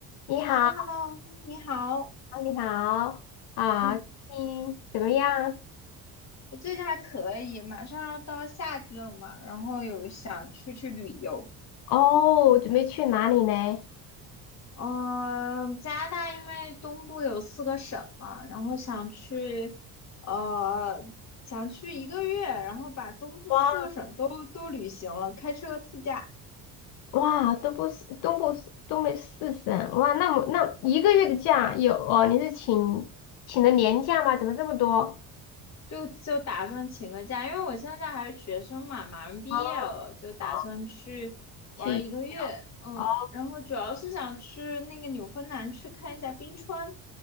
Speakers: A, on the left; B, on the left.
A: 你好，
B: h e l l o h e l l o 你好，
A: 你好啊，
B: 嗯，
A: 你怎么样？
B: 我最近还可以，马上要到夏季了嘛，然后有想出去旅游。
A: 哦，准备去哪里呢？
B: 嗯、加拿大因为东部有四个省嘛，然后想去，呃，想去一个月，然后把东部四个省都都旅行了，
A: 哇
B: 开车自驾。
A: 哇，东部四东部四东北四省，哇，那么那一个月的假有哦？你是请请的年假吗？怎么这么多？
B: 就就打算请个假，因为我现在还是学生嘛，马上毕业了，
A: 哦
B: 就打算去玩儿一个月，
A: 哦，去
B: 嗯，
A: 哦
B: 然后主要是想去那个纽芬兰去看一下冰川，